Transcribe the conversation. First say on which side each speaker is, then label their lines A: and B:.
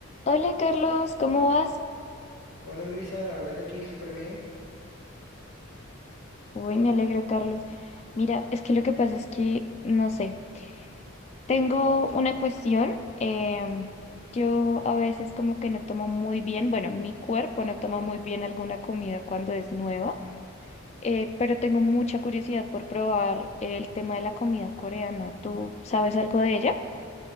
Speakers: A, on the left (about 30°); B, on the left (about 55°).
A: Hola Carlos, ¿cómo vas?
B: Hola Luisa, la verdad que aquí súper bien.
A: Uy, me alegro, Carlos. Mira, es que lo que pasa es que, no sé, tengo una cuestión. em, yo a veces como que no tomo muy bien, bueno, mi cuerpo no toma muy bien alguna comida cuando es nueva, eh, pero tengo mucha curiosidad por probar el tema de la comida coreana. ¿Tú sabes algo de ella?